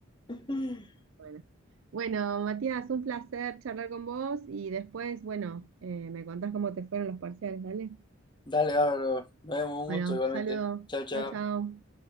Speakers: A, on the left; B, on the right.
A: <laughs>
B: Bueno. Bueno, Matías, un placer charlar con vos y después, bueno, eh, me contás cómo te fueron los parciales, dale.
A: Dale, bárbaro. Nos vemos, un
B: Bueno,
A: gusto igualmente.
B: saludos.
A: Chao, chao.
B: Chau, chau.